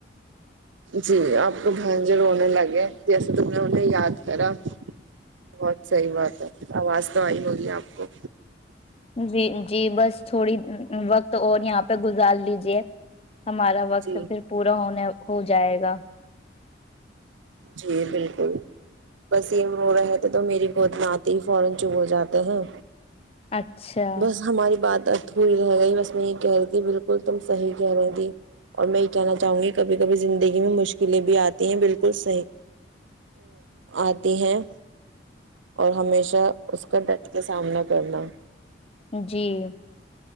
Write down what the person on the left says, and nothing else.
جی جی بس تھوڑی وقت تو اور یہاں پہ گزار لیجے ہمارا وقت
پھر پورا ہونے ہو جائے گا
اچھا
جی <unintelligible>